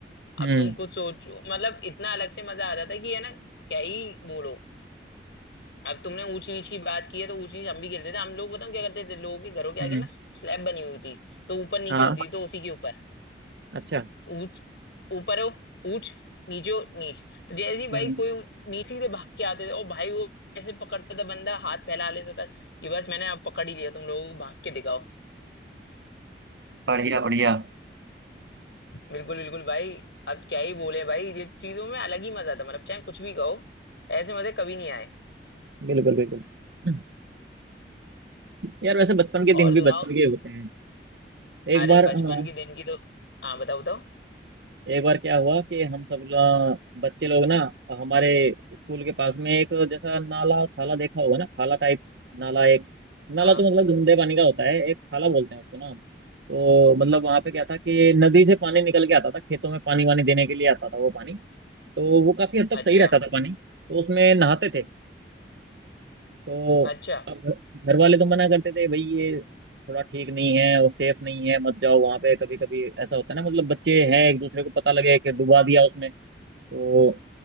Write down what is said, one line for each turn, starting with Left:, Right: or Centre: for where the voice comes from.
Right: हम्म
Left: अब तुम कुछ सोचो मतलब इतना अलग से मजा आता था कि है ना क्या ही बोलो अब तुमने ऊंच नीच की बात की है तो ऊंच नीच हम भी खेलते थे हम लोग बताओ क्या करते थे लोगों के घरों के आगे
Right: हम्म
Left: ना स्लैब बनी हुई थी तो ऊपर नीचे
Right: हाँ
Left: होती थी तो उसी के ऊपर
Right: अच्छा
Left: ऊंच ऊपर हो ऊंच नीचे हो नीच तो जैसे ही
Right: हम्म
Left: भाई कोई नीचे सीधे भाग के आते थे और भाई वो ऐसे पकड़ता था बंदा हाथ फैला लेता था कि बस मैंने अब पकड़ ही लिया तुम लोगों को भाग के दिखाओ
Right: बढ़िया बढ़िया
Left: बिल्कुल बिल्कुल भाई अब क्या ही बोले भाई ये चीजों में अलग ही मजा था मतलब चाहे कुछ भी कहो ऐसे मजे कभी नहीं आए
Right: बिल्कुल बिल्कुल हम्म, यार वैसे बचपन के
Left: और
Right: दिन भी
Left: सुनाओ
Right: बचपन के होते हैं एक
Left: अरे
Right: बार हाँ
Left: बचपन के दिन की तो हाँ बताओ बताओ
Right: एक बार क्या हुआ कि हम सब लोग- बच्चे लोग ना हमारे स्कूल के पास में एक जैसा नाला थाला देखा होगा ना थाला टाइप नाला एक नाला
Left: हाँ
Right: तो मतलब गंदे पानी का होता है एक थाला बोलते हैं उसको ना हम तो मतलब वहां पे क्या था कि नदी से पानी निकल के आता था खेतों में पानी वानी देने के लिए आता था वो पानी तो वो काफी हद तक
Left: अच्छा
Right: सही रहता था पानी तो उसमें नहाते थे तो
Left: अच्छा
Right: अब घ- घर वाले तो मना करते थे भाई ये थोड़ा ठीक नहीं है और सेफ नहीं है मत जाओ वहां पे कभी कभी ऐसा होता है ना मतलब बच्चे हैं एक दूसरे को पता लगे कि डुबा दिया उसमें तो